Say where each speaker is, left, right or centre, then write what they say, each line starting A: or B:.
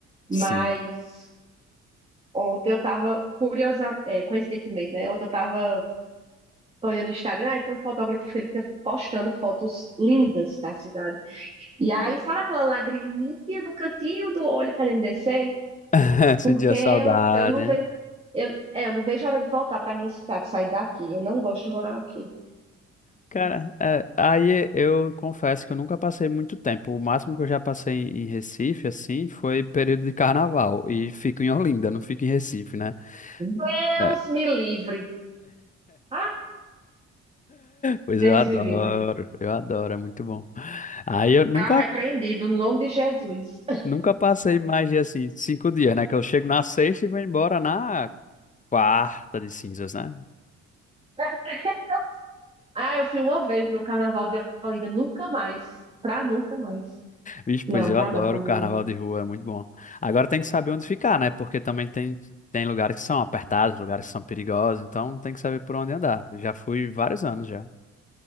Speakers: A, on the right; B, on the left.
A: Mas
B: sim.
A: Ontem eu tava, curiosa, é, coincidentemente, né? Ontem eu tava olhando o Instagram e tem um fotógrafo que ele fica postando fotos lindas da cidade. E aí, sabe aquela lagriminha no cantinho do olho querendo descer?
B: <laughs> Sentia
A: Porque eu,
B: saudade,
A: eu não
B: hein?
A: vejo, eu, é, eu não vejo a hora de voltar pra minha cidade, sair daqui. Eu não gosto de morar aqui.
B: Cara, é, aí eu confesso que eu nunca passei muito tempo. O máximo que eu já passei em em Recife, assim, foi período de carnaval. E fico em Olinda, não fico em Recife, né?
A: Deus
B: É,
A: me livre. Ah,
B: Pois
A: Deus
B: eu adoro,
A: me livre.
B: eu adoro, é muito bom. Aí eu nunca,
A: Tá repreendido no nome de Jesus.
B: nunca passei mais de, assim, cinco dias, né? Que eu chego na sexta e vou embora na quarta de cinzas, né?
A: <laughs> Ah, eu fui uma vez no Carnaval de Olinda, nunca mais. Pra nunca mais.
B: Vixe,
A: Não,
B: pois eu
A: dá
B: adoro
A: não pra
B: o
A: mim
B: carnaval
A: não.
B: de rua, é muito bom. Agora tem que saber onde ficar, né? Porque também tem, tem lugares que são apertados, lugares que são perigosos, então tem que saber por onde andar. Já fui vários anos já.